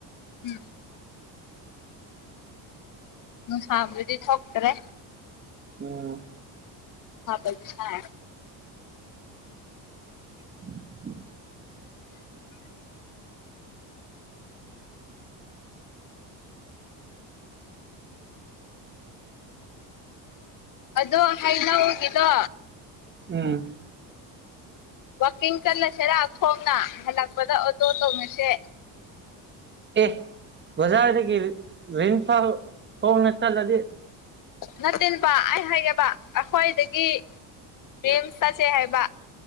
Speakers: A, on the left (about 50°); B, on the right (about 25°).
A: ꯎꯝ ꯅꯨꯡꯁꯥꯕꯨꯗꯤ ꯊꯣꯛꯇ꯭ꯔꯦ
B: ꯎꯝ
A: ꯍꯥ ꯁꯥ
B: <inaudible>
A: ꯑꯗꯣ ꯍꯩꯅ ꯍꯒꯗꯣ
B: ꯎꯝ
A: ꯋꯀꯤꯡ ꯆꯠꯂꯁꯤꯔꯥ ꯈꯣꯡꯅ ꯍꯜꯂꯛꯄꯗ ꯑꯣꯇꯣ ꯇꯧꯅꯁꯦ
B: ꯑꯦ ꯕꯖꯥꯔꯗꯒꯤ ꯔꯤꯟꯐꯥꯜ ꯍꯣꯡ ꯅ ꯇꯜꯂꯗꯤ
A: ꯅꯠꯇꯦꯅꯦꯕ ꯑꯩ ꯍꯥꯏꯒꯦꯕ ꯑꯩꯈꯣꯏꯗꯒꯤ ꯦꯝꯁ ꯆꯠꯁꯦ ꯍꯥꯏꯕ